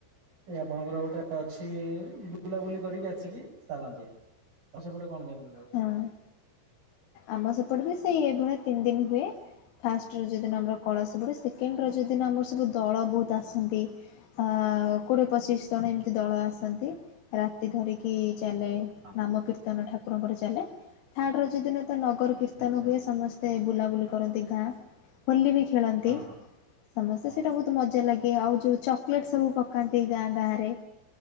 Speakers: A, on the right (about 45°); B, on the left (about 80°).
A: ଏ ଆପଣଙ୍କର ଗୋଟେ ଅଛି ବୁଲାବୁଲି କରିକି ଆସିକି ସାରନ୍ତି। ତ ସେପଟ କଣ କେମିତି ହୁଏ?
B: ହଁ। ଆମ ସେପଟ ବି ସେଇ ଏଇଭଳିଆ ତିନି ଦିନ ହୁଏ। ଫାଷ୍ଟ ରଜ ଦିନ ଆମର କଳସ ବୁଡ଼େ। ସେକେଣ୍ଡ ରଜ ଦିନ ଆମର ସବୁ ଦଳ ବହୁତ ଆସନ୍ତି। ଅ କୋଡ଼ିଏ ପଚିଶି ଜଣ ଏମିତି ଦଳ ଆସନ୍ତି। ରା ଧରିକି ଚାଲେ
A: ହଁ
B: ନାମକୀର୍ତ୍ତନ ଠାକୁରଙ୍କର ଚାଲେ। ଥାର୍ଡ ରଜ ଦିନ ତ ନଗର କୀର୍ତ୍ତନ
A: ଆଚ୍ଛା
B: ହୁଏ ସମସ୍ତେ ବୁଲାବୁଲି କରନ୍ତି ଗାଁ। ହୋଲି ବି ଖେଳନ୍ତି।
A: ହଁ ହଁ
B: ସମସ୍ତେ
A: ହଁ
B: ସେଇଟା ବହୁତ ମଜା ଲାଗେ। ଆଉ ଯୋଉ ଚକୋଲେଟ ସବୁ ପକାନ୍ତି ଗାଁ ଗାଁ ରେ।